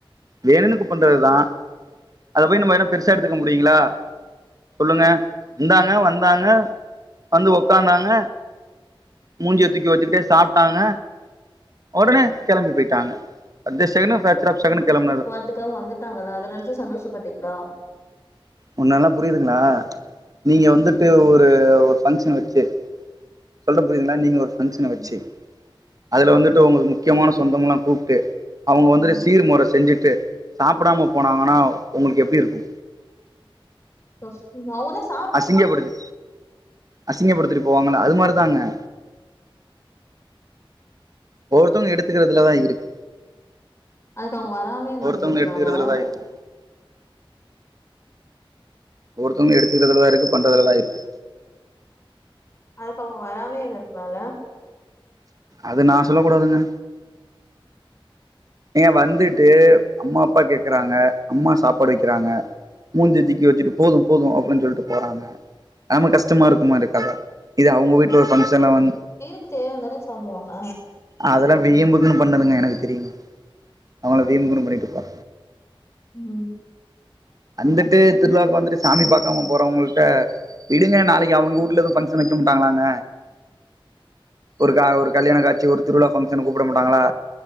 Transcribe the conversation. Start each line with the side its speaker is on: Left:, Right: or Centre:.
Right: வேணுனுக்கு பண்றதுதா அத போயி நம்ம என்ன பெருசா எடுத்துக்க முடியுங்களா சொல்லுங்க இந்தாங்க வந்தாங்க வந்து உக்காந்தாங்க மூஞ்சிய தூக்கி வச்சுக்கிட்டே சாப்ட்டாங்க ஒடனே கெளம்பி போயிட்டாங்க அடுத்த செகண்டு ஃப்ராக்ஷர் ஆஃப் செகன்டு கெளம்புனதா
Left: அதுக்காக வந்துட்டாங்கள்ள அத நெனச்சு சந்தோஷப்பட்டுக்டா
Right: முன்னல்லா புரியுதுங்களா நீங்க வந்துட்டு ஒரு ஒரு ஃபங்க்ஷன் வச்சு சொல்ற புரியுதுங்களா நீங்க ஒரு ஃபங்ஷன வச்சு
Left: ம்
Right: அதுல வந்துட்டு உங்களுக் முக்கியமான சொந்தம்லா கூப்ட்டு அவுங்க வந்துட்டு
Left: ம்
Right: சீர்முற செஞ்சுட்டு சாப்டாம போனாங்கன்னா உங்களுக்கு எப்டி இருக்கு
Left: <unintelligible>
Right: அசிங்கப்படுத்து அசிங்கப்படுத்திட்டு போவாங்கள அது மாரிதாங்க ஒவ்வொருத்தவங்க எடுத்துக்குறதுலதா இருக்கு
Left: அதுக்கு அவங்க வராமே இருந்திருந்திருக்கலாம்ல
Right: ஒருத்தவங்க எடுத்துக்குறதுலதா இருக்கு ஒவ்வொருத்தவங்க எடுத்துக்கிறதுலதா இருக்கு பண்றதுலதா இருக்கு
Left: அதுக்கு அவங்க வராமே இருந்துருக்லால
Right: அது நா சொல்லக்கூடாதுங்க ஏங்க வந்துட்டு அம்மா அப்பா கேக்கறாங்க அம்மா சாப்பாடு வைக்குறாங்க மூஞ்சிய தூக்கி வச்சிட்டு போது போது அப்டின் சொல்லிட்டு போறாங்க நம கஷ்டமா இருக்குமா இருக்காதா இதே அவ்ங்க வீட்ல ஒரு ஃபங்க்ஷன்ல வந்து
Left: க்கு தேவையானதான சாப்புடுவாங்க
Right: அதெல்லா வீம்புக்குன்னு பண்ணுதுங்க எனக்கு தெரியுங்க அவங்கலா வீம்புக்குன்னு பண்ணிட்டு போ
Left: ம்
Right: அந்துட்டு திருவிழாக்கு வந்துட்டு சாமி பாக்காம போறவங்கள்ட்ட விடுங்க நாளைக்கு அவனுங்க ஊட்டுல எதுவு ஃபங்ஷன் வைக்க மாட்டாங்களாங்க ஒரு கா ஒரு கல்யாண காட்சி ஒரு திருவிழா ஃபங்க்ஷன் கூப்புட மாட்டாங்களா